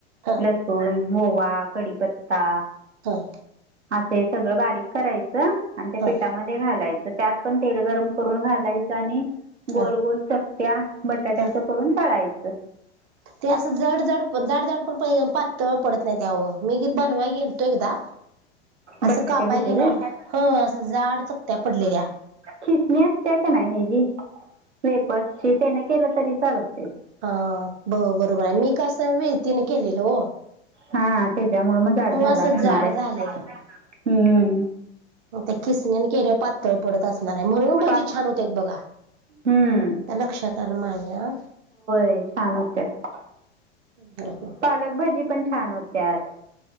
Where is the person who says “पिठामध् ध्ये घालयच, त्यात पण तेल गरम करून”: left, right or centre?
Right